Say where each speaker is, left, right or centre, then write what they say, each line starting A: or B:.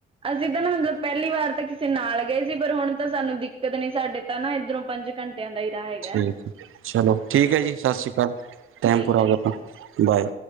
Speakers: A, on the right (about 25°); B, on the right (about 85°).
A: ਅਸੀਂ ਤਾਂ ਨਾ ਮਤਲਬ ਪੈਲੀ ਵਾਰ ਤਾਂ ਕਿਸੇ ਨਾਲ ਗਏ ਸੀ ਪਰ ਹੁਣ ਤਾਂ ਸਾਨੂੰ ਦਿੱਕਤ ਨੀ ਸਾਡੇ ਤਾਂ ਨਾ ਇੱਧਰੋਂ ਪੰਜ ਘੰਟੇ ਆਂ ਦਾ ਈ ਰਾਹ ਹੈਗ
B: ਠੀਕ ਏ, ਚਲੋ ਠੀਕ ਏ ਜੀ ਸਸੀ ਕਾਲ।
A: ਠੀਕ
B: ਟੈਮ ਪੂਰਾ
A: ਹੈ
B: ਹੋ ਗਿਆ ਆਪਨਾ,
A: ਠੀਕ
B: ਬਾਏ।